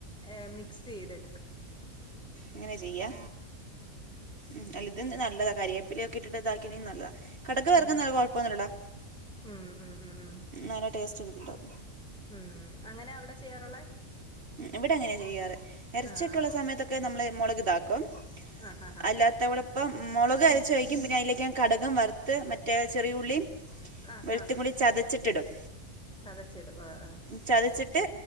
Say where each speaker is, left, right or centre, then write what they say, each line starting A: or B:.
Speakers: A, in the centre; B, on the right (about 40°).
A: ഏഹ് മിക്സെയ്തെടുക്കും
B: അങ്ങനെ ചെയ്യാ ഉം അല്ല ഇത് നല്ലതാ കരിയാപ്പിലിക്കെ ഇട്ടിട്ട് ഇതാക്കണെങ്കിൽ നല്ലതാ കടക് വറക്കുന്നത്
A: ഉം
B: കൊഴപ്പൊന്നുടാ
A: ഉം ഉം ഉം ഉം
B: നല്ല ടേസ്റ്റ്കിട്ടും
A: ഉം അങ്ങനാ അവിടെ ചെയ്യാറുള്ളെ
B: ഇവിടങ്ങനെയാ ചെയ്യാറ് എറച്ചിക്കെയള്ള
A: ആഹ്
B: സമയത്തൊക്കെ നമ്മള് മുളക് താക്കും
A: ആഹ് ആഹ്
B: അല്ലാ ത്തവടപ്പം മുളക് അരച്ച ഒഴിക്കും പിന്നെ അതിലേക്ക് ഞാൻ കടകും വറുത്ത് മറ്റേ ചെറിയുള്ളി
A: ആഹ്
B: വെളുത്തകുടി
A: ആഹ്
B: ചതച്ചിട്ടിടും
A: ചതച്ചിടും ആഹ് ആഹ്
B: ചതച്ട്ട്